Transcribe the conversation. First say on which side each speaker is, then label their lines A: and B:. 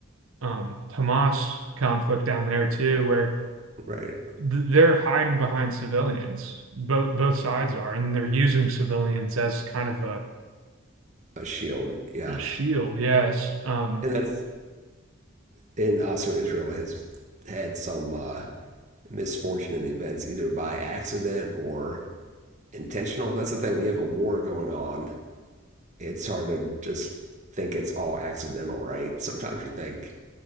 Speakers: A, on the right; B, on the right.
A: um, Hamas conflict down there too, where
B: right,
A: th- they're hiding behind civilians. Both both sides are, and they're using civilians as kind of a,
B: a shield. Yeah.
A: a shield. Yes. Um,
B: And that's, and also Israel has had some, uh, misfortunate events, either by accident or intentional. That's the thing when you have a war going on, it's hard to just think it's all accidental, right? Sometimes you think,